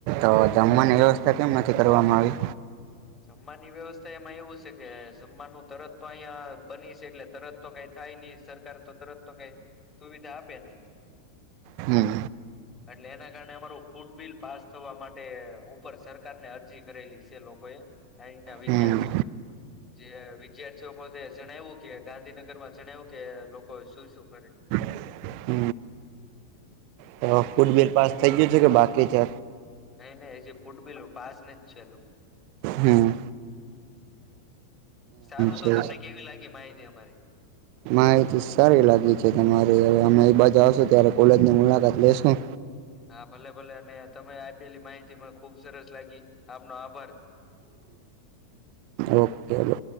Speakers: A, on the right; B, on the left.
A: તો જમવાની વ્યવસ્થા કેમ નથી કરવામાં આવી
B: જમવાની વ્યવસ્થા એમાં એવું છે કે જમવાનું તરત તો અહિયા બની છે એટલે તરત તો કઈ થાય નઈ સરકાર તો તરત તો કઈ સુવિધા આપે નહી.
A: હમ્મ.
B: એટલે એના કારણે અમારું ફૂડ બિલ પાસ થવા માટે ઉપર સરકાર ને અરજી કરેલી છે લોકો એ આયના વિદ્યાર્થીઓ
A: હમ
B: જે વિદ્યાર્થીઓ પોતે જણાવ્યું કે ગાંધીનગર માં જણાવ્યું કે લોકો શું શું કરે.
A: હ તો ફુલબિલ પાસ થઇ ગયું છે કે બાકી છે.
B: ને ફૂટબિલ પાસ ન જ છેલું
A: હમ્મ.
B: સારું
A: છે.
B: તો તમને કેવી લાગી માહિતી અમારી
A: માહિતી સારી લાગી છે તમારી અમે બાજુ આવશું ત્યારે કોલેજની મુલાકાત લેશું.
B: હા ભલે ભલે અને તમે આપેલી માહિતી મને ખુબ સરસ લાગી આપનો આભાર.
A: Okay okay